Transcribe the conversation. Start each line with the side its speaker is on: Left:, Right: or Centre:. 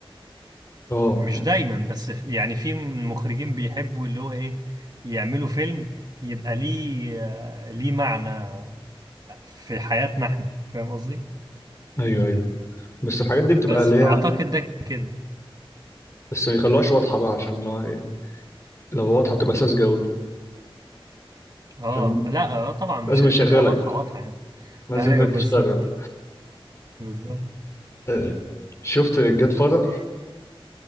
Left: اه
Right: مش دايما بس ف- يعني في مخرجين بيحبوا اللي هو ايه يعملوا فيلم يبقى ليه آه، ليه معنى في حياتنا احنا فاهم قصدي
Left: ايوه ايوه بس الحاجات دي بتبقى
Right: بس
Left: اللي هي
Right: اعتقد ده كده
Left: بس ما يخلوهاش واضحه بقى عشان لو هي- لو واضحه بتبقى ساذجه قوي
Right: اه
Left: عشان
Right: لا آه، طبعا مش
Left: لازم
Right: هيخليها
Left: يشغلك
Right: واضحة واضحة يعني
Left: لازم
Right: ايوه
Left: يخليك
Right: بالظبط
Left: تشتغل
Right: بالظبط
Left: آه. شفت جاد فاذر